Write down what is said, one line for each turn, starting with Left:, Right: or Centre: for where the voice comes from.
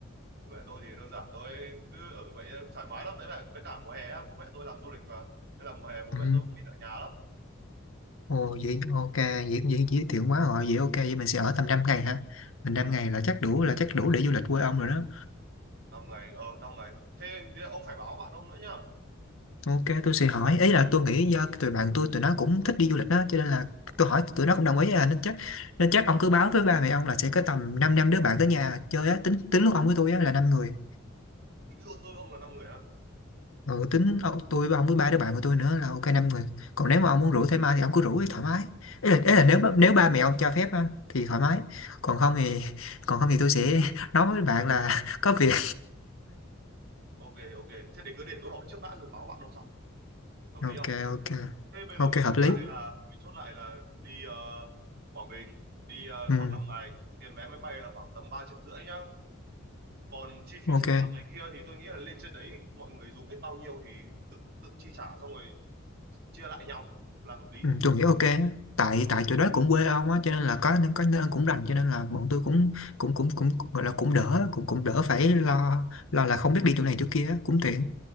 Right: bố mẹ tôi thì đơn giản thôi cứ ở vậy thoải mái lắm đấy là với cả mùa hè á, bố mẹ tôi làm du lịch mà nên là mùa hè bố
Left: ừ.
Right: mẹ tôi cũng ít ở nhà lắm
Left: Ồ vậy ok vậy vậy giới thiệu quá rồi vậy ok vậy mình sẽ ở tầm 5 ngày hả mình năm
Right: à,
Left: ngày là chắc đủ là chắc đủ để du lịch quê ông rồi đó
Right: năm ngày ờ năm ngày thế ông phải báo bạn ông nữa nhá
Left: ok tôi sẽ hỏi ý là tôi nghĩ do tụi bạn tôi tụi nó cũng thích đi du lịch đó cho nên là tôi hỏi tụi nó cũng đồng ý à nên chắc nên chắc ông cứ báo với ba mẹ ông là sẽ có tầm 5 năm năm đứa bạn tới nhà chơi á tính tính lúc ông với tôi á là năm người
Right: tính luôn tôi với ông là năm người ha
Left: Ừ, tính ông, tôi với ông với ba đứa bạn của tôi nữa là ok năm người còn nếu mà ông muốn rủ thêm ai thì ông cứ rủ ấy, thoải mái ý là, ý là nếu ba- nếu ba mẹ ông cho phép á, thì thoải mái còn không thì <laughs> còn không thì tôi sẽ <laughs> nói với bạn là <laughs> có việc
Right: ok ok thế để cứ để tôi hỏi trước đã rồi báo bạn ông sau hợp lý
Left: ok
Right: không
Left: ok
Right: thế bây
Left: ok
Right: giờ mình
Left: hợp
Right: chốt
Left: lý
Right: lại là mình chốt lại là đi ờ, Quảng Bình đi ờ,
Left: ừ,
Right: khoảng 5 ngày tiền vé máy bay là khoảng tầm 3 triệu rưỡi nhá còn chi phí
Left: ok
Right: sinh hoạt này kia thì tôi nghĩ là lên trên đấy mọi người dùng hết bao nhiêu thì tự tự chi trả xong rồi chia lại nhau là hợp lý
Left: ừ, tôi nghĩ ok á. tại tại chỗ đó cũng quê ông á cho nên là có nên có nên cũng rành cho nên là bọn tôi cũng cũng cũng cũng, cũng gọi là cũng đỡ cũng cũng đỡ phải lo lo là không biết đi chỗ này chỗ kia á, cũng tiện